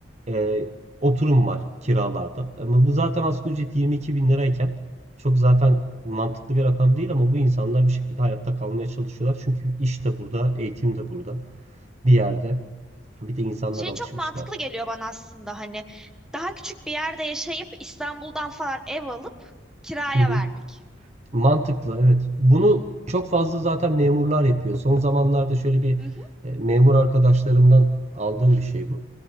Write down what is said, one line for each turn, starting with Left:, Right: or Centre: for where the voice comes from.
Right: e, oturum var kiralarda. Ama bu zaten asgari ücret 22 bin lirayken çok zaten mantıklı bir rakam değil ama bu insanlar bir şekilde hayatta kalmaya çalışıyorlar. Çünkü iş de burada, eğitim de burada bir yerde. Bir de insanlar
Centre: Şey
Right: alışmışlar.
Centre: çok mantıklı geliyor bana aslında hani daha küçük bir yerde yaşayıp İstanbul'dan falan ev alıp kiraya
Right: Hı hı.
Centre: vermek.
Right: Mantıklı, evet. Bunu çok fazla zaten memurlar yapıyor. Son zamanlarda şöyle bir
Centre: Hı hı,
Right: e, memur arkadaşlarımdan aldığım bir şey bu.